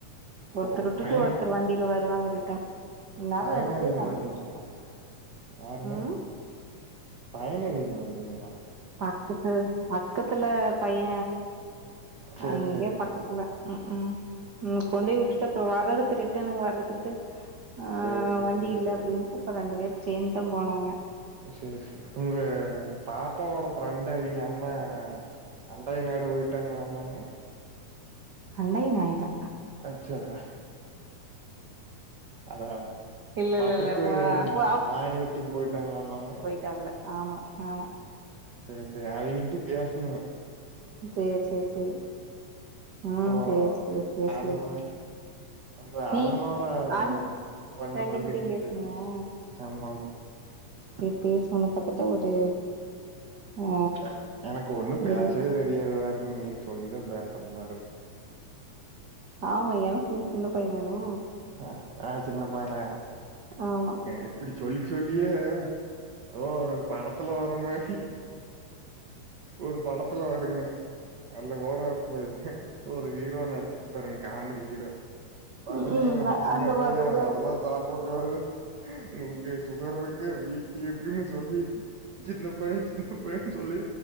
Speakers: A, on the right; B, on the right.
A: ஓ
B: ஒத்ரு விட்டுட்டு
A: பையன்
B: ஒத்ரு வண்டில வருவாங்க ரிட்டன் இந்நேரோ
A: பயனவிங்க
B: ரெண்டு பேரு வந்துகிட்டு
A: வண்டிங்கலா
B: இருப்போ
A: யாருங்க
B: ம்
A: பயணவிங்க வண்டிங்ளா
B: பக்கத்ல பக்கத்துல பைய
A: சேரி
B: அங்கே
A: சேரி
B: பக்கத் துல ம் ம் ம் இவர் கொண்டு விட்டுட்டு அப்போ வர்றதுக்கு ரிட்டனு வர்றதுக்கு ஆ
A: சேரி சேரி
B: வண்டி
A: சேரி
B: இல்ல
A: சேரி
B: அப்டீன்ட்டு இப்ப ரெண்டு பேர் சேந்தா போனாங்க
A: சேரி உங்க பாப்பாவோட ஃப்ரெண்டவிங்க அம்மா அண்டய நாடு விட்டங்க வந்தாங்க
B: அண்டய நாய் தா
A: தேங்க்யூ அக்கா அதா
B: இல்ல இல்ல
A: பக்கத்து
B: இல்ல போனா அப்போ
A: மாநிலத்துக்கு போய்ட்டாங்களாமாங்க
B: தெர்ல ஆமா ஆமா
A: செரி செரி அவங்கிட்டயோ பேசணும்ங்க
B: செரி செரி செரி
A: அப்புறோ
B: ம் பேசு பேசு
A: அவ
B: பேசு
A: நம்ப
B: நீ
A: அண்ணனோட ஃப்ரெண்ட்
B: ஆண்
A: ஃப்ரெண்டு
B: ரெண்டு
A: ஃப்ரெண்டுகிட்டயு
B: கிட்டையு பேசினியா
A: பேசணு ஆமா ஆமா
B: செரி பேஸ்லனா தப்பத்தா ஒரு ஆ
A: எ எனக்கு ஒண்ணும் பேசவே
B: இது
A: தெரியாது பாருங்க நீங்க சொல்லிதா பேசறே பாருங்க
B: ஆமா எனக்கு நீ சின்ன பைய தானே
A: ஹ நா சின்ன பையனா
B: ஆமா
A: இப்புடி சொல்லி சொல்லியே ஏதோ ஒரு படத்துல வர மாரி ஒரு படத்துல வருங்க அது கூட அப்பு ஒரு ஹீரோ நடிச்சுருப்பாருங்க காமடி ஹீரோ
B: ம்
A: என்ன சின்ன
B: அந்த
A: பைய
B: மாதிரிதா ஆயிப்போச்சு
A: அதெல்லா சாப்புட கூடாது உங்குளுக்கு சுகர் இருக்கு பி பி இருக்குன்னு சொல்லி சின்ன பையன் சின்ன பையனு சொல்லி